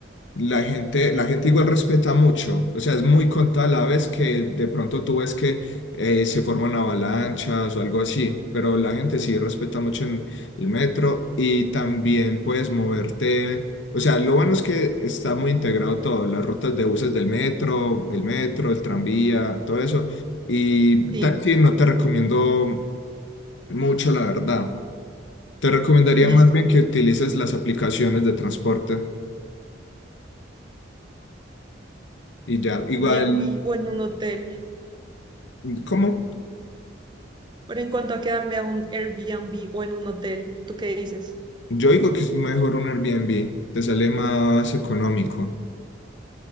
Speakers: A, on the left (about 75°); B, on the right (about 25°).
A: La gente, la gente igual respeta mucho, o sea, es muy contada la vez que de pronto tú ves que eh, se forman avalanchas o algo así, pero la gente sí respeta mucho en el metro y también puedes moverte, o sea, lo bueno es que está muy integrado todo, las rutas de buses del metro, el metro, el tranvía, todo eso, y
B: Sí,
A: taxi no te recomiendo mucho, la verdad. Te recomendaría
B: listo.
A: más bien que utilices las aplicaciones de transporte y ya, igual,
B: Airbnb o en un hotel.
A: ¿cómo?
B: Pero en cuanto a quedarme a un Airbnb o en un hotel, ¿tú qué dices?
A: Yo digo que es mejor un Airbnb, te sale más económico.